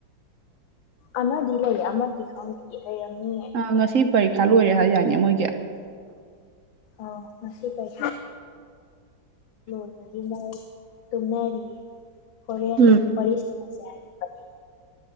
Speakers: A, on the left; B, on the right.
A: ꯑꯃꯗꯤ ꯂꯩ ꯑꯃꯗꯤ ꯈꯪꯗꯦꯌꯦ ꯂꯩꯔꯝꯅꯤꯌꯦ
B: ꯑ ꯉꯁꯤ ꯄꯔꯤꯈꯥ ꯂꯣꯏꯔꯦ ꯍꯥꯏ ꯌꯥꯅꯤ ꯃꯣꯏꯒꯤ
A: ꯑꯥꯎ ꯉꯁꯤ ꯄꯥꯏ ꯂꯣꯟꯕꯒꯤ ꯃꯣꯏ ꯇꯨꯝꯅꯔꯤꯌꯦ ꯍꯣꯔꯦꯟ
B: ꯎꯝ
A: ꯋꯥꯔꯤ ꯁꯃꯁꯌꯥ ꯍꯥꯏꯔꯛꯄꯅꯤ